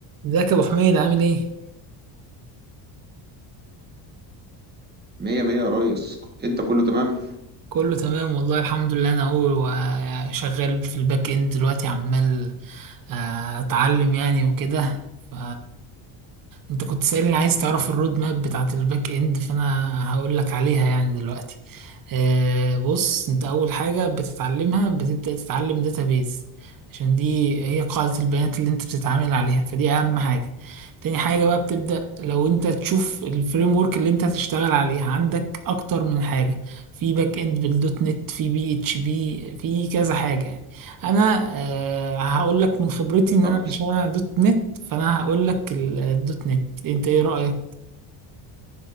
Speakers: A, on the right; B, on the right.
A: ازيك يا ابو حميد عامل ايه؟
B: مية مية يا ريس انت كله تمام
A: كله تمام والله الحمد لله انا اهو و- شغال في الباك اند دلوقتي عمال آه، اتعلم يعني وكده ف انت كنت سألني عايز تعرف الرود ماب بتاعت الباك اند فانا هقول لك عليها يعني دلوقتي آه، بص انت اول حاجة بتتعلمها بتبدأ تتعلم داتابيز عشان دي هي قاعدة البيانات اللي انت بتتعامل عليها فدي اهم حاجة تاني حاجة بقى بتبدأ لو انت تشوف الفريم ورك اللي انت هتشتغل عليها عندك اكتر من حاجة في باك اند بالدوت نت في بي اتش بي في كذا حاجه يعني انا آه، هقول لك من خبرتي ان
B: طب
A: انا عشان انا دوت نت فانا هقول لك ال- الدوت نت انت ايه رايك